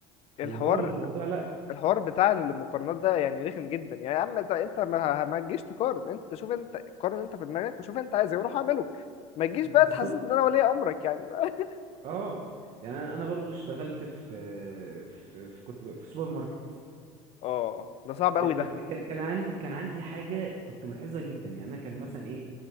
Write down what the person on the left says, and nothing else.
الحوار
الحوار بتاع المقارنات ده يعني رخم جدا يعني يا عم انت انت ما, ما تجيش تقارن انت شوف انت قارن انت في دماغك وشوف انت عايز ايه وروح اعمله ما تجيش
بقى تحسس ان انا ولي امرك يعني <laughs>
اه ده صعب قوي ده